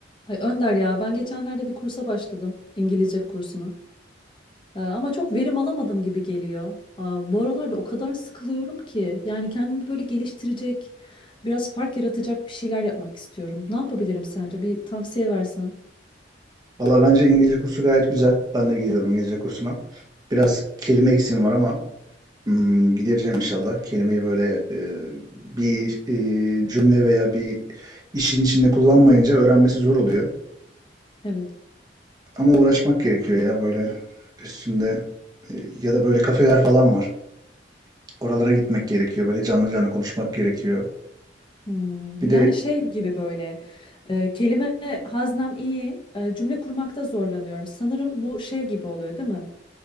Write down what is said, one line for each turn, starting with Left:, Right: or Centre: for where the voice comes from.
Left: Ay Önder ya ben geçenlerde bir kursa başladım İngilizce kursuna. Ee, ama çok verim alamadım gibi geliyor. Aa, bu aralarda o kadar sıkılıyorum ki yani kendimi böyle geliştirecek, biraz fark yaratacak bir şeyler yapmak istiyorum. Ne yapabilirim sence? Bir tavsiye versen.
Right: Valla bence İngilizce kursu gayet güzel. Ben de gidiyorum İngilizce kursuna. Biraz kelime eksiğim var ama hmm, gidereceğim inşallah. Kelimeyi böyle e, bir e, cümle veya bir işin içinde kullanmayınca öğrenmesi zor oluyor.
Left: Evet.
Right: Ama uğraşmak gerekiyor ya böyle üstünde e, ya da böyle kafeler falan var. Oralara gitmek gerekiyor. Böyle canlı canlı konuşmak gerekiyor.
Left: Hmm,
Right: Bir de
Left: Yani şey gibi böyle e, kelime haznem iyi, e, cümle kurmakta zorlanıyorum. Sanırım bu şey gibi oluyor, değil mi?